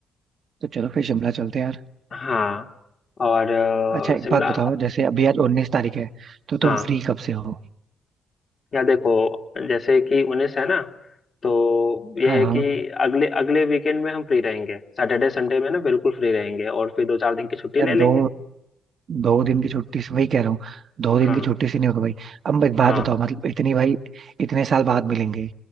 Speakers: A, on the right (about 60°); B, on the left (about 55°).
A: तो चलो फिर शिमला चलते हैं यार
B: हाँ और अ,
A: अच्छा एक
B: शिमला
A: बात बताओ जैसे अभी आज उन्नीस तारीख है तो तुम
B: हाँ
A: फ्री कब से हो
B: या देखो जैसे कि उन्नीस है ना तो यह
A: हाँ
B: है
A: हाँ
B: कि अगले अगले वीकेंड में हम फ्री रहेंगे सैटरडे संडे में ना बिल्कुल फ्री रहेंगे और फिर दो चार दिन की छुट्टी
A: यार
B: ले
A: दो
B: लेंगे
A: दो दिन की छुट्टी से वही कह रहा हूँ दो दिन
B: हाँ
A: की छुट्टी से नहीं होगा भाई अब एक बात
B: हाँ
A: बताओ मतलब इतनी भाई इतने साल बाद मिलेंगे